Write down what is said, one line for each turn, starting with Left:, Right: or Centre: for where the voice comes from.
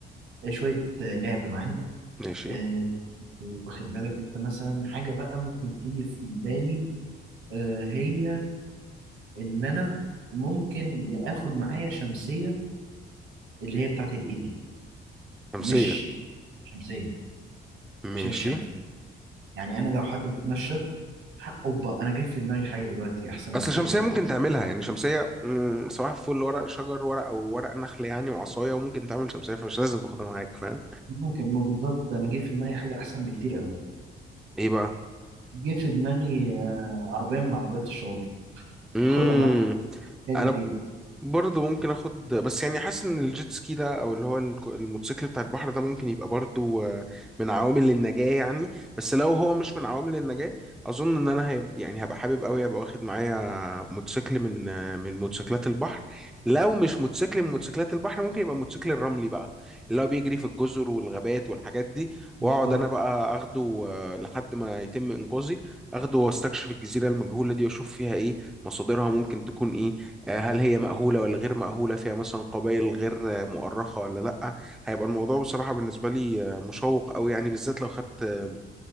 Right: آه، شويه آه، لعب معانا
Centre: ماشي
Right: آه، واخد بالك انت مثلا حاجة بقى ممكن تيجي في بالي آه، هي ان انا ممكن اخد معايا شمسية اللي هي بتاعت الايد دي
Centre: خمسية
Right: مش شمسية
Centre: ماشي
Right: عشان الشمس يعني انا لو حابب اتمشى اوبا انا جاي في دماغي حاجة دلوقتي احسن
Centre: اصل
Right: بكتير
Centre: شمسيه
Right: قوي
Centre: ممكن تعملها يعني شمسيه مم، سواء فل ورق شجر ورق او ورق نخل يعني وعصايه وممكن تعمل شمسيه فمش لازم تاخدها معاك فاهم
Right: ممكن ما بالظبط انا جاي في دماغي حاجة احسن بكتير قوي
Centre: ايه بقى
Right: جه في دماغي آه، عربية من عربيات الشواطئ
Centre: امم
Right: خدها معايا حاجات
Centre: انا
Right: كتير
Centre: برضه ممكن اخد بس يعني حاسس ان الجيت سكي ده او اللي هو الك- الموتوسيكل بتاع البحر ده ممكن يبقى برضه آه، من عوامل النجاة يعني بس لو هو مش من عوامل النجاة اظن ان انا هيب يعني هبقى حابب قوي ابقى واخد معايا موتوسيكل من آه، من موتوسيكلات البحر لو مش موتوسيكل من موتوسيكلات البحر ممكن يبقى موتوسيكل الرملي بقى اللي هو بيجري في الجزر والغابات والحاجات دي
Right: بالظبط
Centre: واقعد انا بقى اخده آه، لحد ما يتم انقاذي اخده واستكشف الجزيرة المجهولة دي واشوف فيها ايه مصادرها ممكن تكون ايه آه، هل هي مأهولة ولا غير مأهولة فيها مثلا قبائل غير آه، مؤرخة ولا لأ هيبقى الموضوع بصراحة بالنسبة لي آه، مشوق أوي يعني بالذات لو خدت آه،